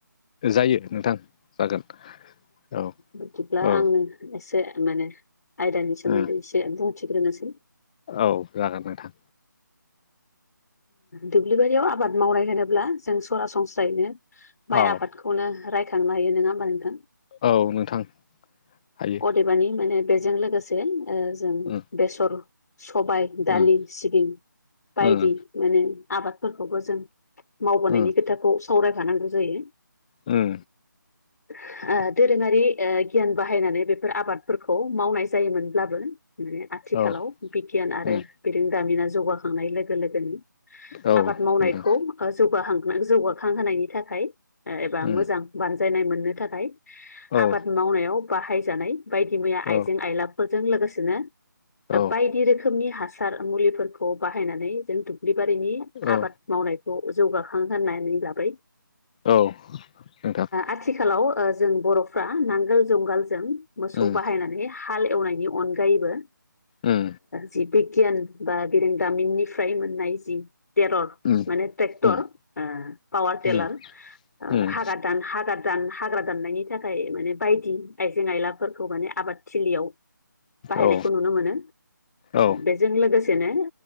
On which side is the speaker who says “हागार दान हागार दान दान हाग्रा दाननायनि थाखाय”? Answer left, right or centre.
Left